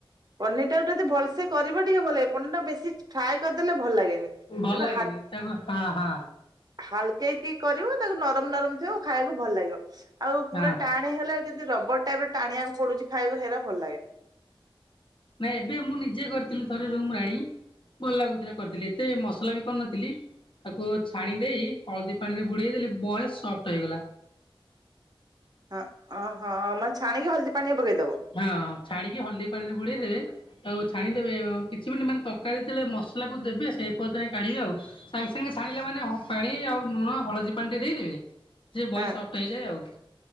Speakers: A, on the right; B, on the left.
A: ପନିର ଟାକୁ ଯଦି ଭଲସେ କରିବ ଟିକେ ଭଲ ଲାଗେ ପନିର ଟା ବେଶୀ ଫ୍ରାଏ କରିଦେଲେ ଭଲ ଲାଗେନି।
B: ଭଲ
A: ତାକୁ
B: ଲାଗେନି। ତାକୁ ହଁ, ହଁ।
A: ହାଲକେଇ କି କରିବ ତାକୁ ନରମ ନରମ ଥିବ ଆଉ ଖାଇବାକୁ ଭଲ ଲାଗିବ ଆଉ
B: ହଁ
A: ପୁରା ଟାଣ ହେଲେ ଯେମିତି ରବର ଟାଇପ ରେ ଟାଣିବାକୁ ପଡୁଛି ଖାଇବାକୁ ହେରା ଭଲ ଲାଗେନି।
B: ନାଇଁ ଏବେ ମୁଁ ନିଜେ କରିଥିଲି। ଥରେ ରୁମ ରେ ଆଣି ଭଲ ଲାଗୁଥିଲା କରିଥିଲି ଏତେ ମସଲା ବି କରିନଥିଲି। ତାକୁ ଛାଣି ଦେଇ ହଳଦୀ ପାଣିରେ ବୁଡ଼େଇ ଦେଲି ବହା ସଫ୍ଟ ହେଇଗଲା।
A: ହଁ, ଓହଁ ମାନେ ଛାଣିକି ହଳଦୀ ପାଣିଆ ପକେଇଦବ?
B: ହଁ, ଛାଣିକି ହଳଦୀ ପାଣି ରେ ବୁଡେଇଦେବେ ତାକୁ ଛାଣିଦେବେ କିଛି ମିନି୍ଟ ମାନେ ତରକାର ଯେତେବେଳେ ମସଲାକୁ ଦେବେ ସେ ପର୍ଯ୍ୟନ୍ତ କାଢ଼ିବେ ଆଉ ସାଙ୍ଗେ ସାଙ୍ଗେ ଛାଣିଲେ ମାନେ ପାଣି ଆଉ ଲୁଣ ହଳଦୀ ପାଣି ଟିକେ ଦେଇଦେବେ। ଯେ ବୟ
A: ହଁ
B: ସଫ୍ଟ ହେଇଯାଏ ଆଉ।